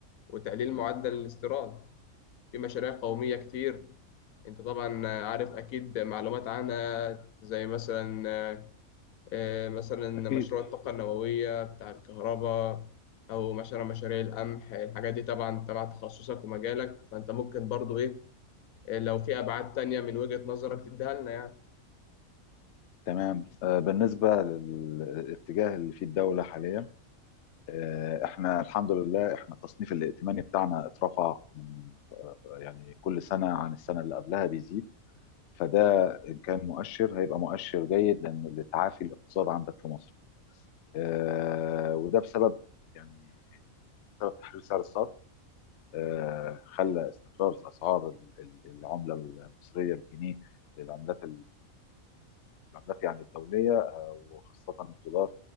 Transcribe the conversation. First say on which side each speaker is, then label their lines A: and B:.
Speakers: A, on the left (about 85°); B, on the left (about 65°).
A: وتقليل معدل الاستيراد في مشاريع قومية كتير انت طبعا عارف اكيد معلومات عنها زي مثلا آه، مثلا
B: أكيد
A: مشروع الطاقة النووية بتاع الكهرباء او مثلا مشاريع القمح الحاجات دي طبعا تبع تخصصك ومجالك فانت ممكن برضو ايه آه، لو في ابعاد تانية من وجهة نظرك تديها لنا يعني
B: تمام آه، بالنسبة للاتجاه اللي فيه الدولة حاليا آه، احنا الحمد لله احنا التصنيف الائتماني بتاعنا اترفع من آه، يعني كل سنة عن السنة اللي قبلها بيزيد فده إن كان مؤشر هيبقى مؤشر جيد لأن تعافي الاقتصاد عندك في مصر آه، وده بسبب يعني بسبب تحرير سعر الصرف آه، خلى استقرار أسعار ال- ال- العملة المصرية الجنيه للعملات العملات يعني الدولية آه، وخاصة الدولار